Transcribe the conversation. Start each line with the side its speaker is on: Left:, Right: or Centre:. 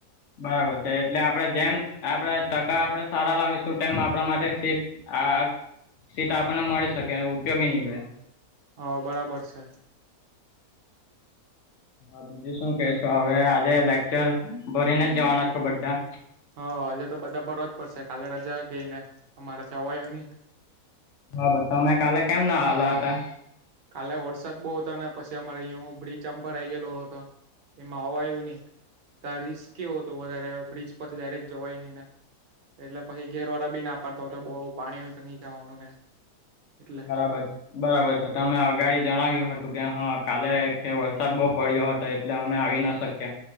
Left: બરાબર છે એટલે આપડે જેમ આપડે ટકા આપડે સારા લાવીસુ તેમ આપણા માટે સીટ આ સીટ આપણને મળી શકે ઉપયોગી નીવડે
Right: હા બરાબર છે.
Left: હા બીજું શું કે છેો હવે આજે લેકચર ભરીને જ જવાના છો બધા.
Right: હ આજે તો બધા ભરવા જ પડશે કાલે રજા ગઈને અમારેથી અવાયું નહી.
Left: બબર તમે કાલે કેમ ના આવેલા હતા.
Right: કાલે વરસાદ બહુ હતો ને પછી અમારે અહીંયા હું બ્રિચ અંબર આઈ ગયેલો હતો. એમાં અવાયુની. તા રિસ્ક કેવો હતો વધારે બ્રિજ પરથી ડાયરેક્ટ જવાય નહી ને. એટલે પછી ઘેરવાળા બી ના પાડતો હોય કે બહ પાણી હોય તો નઈ જવાનું ને. એટલે
Left: બરાબર છે. બરાબર છે તમે અગાડી જણાવ્યું હતું કે હા કાલે વરસાદ બહુ પડ્યો હતો. એટલે અમે આવી ના શકે.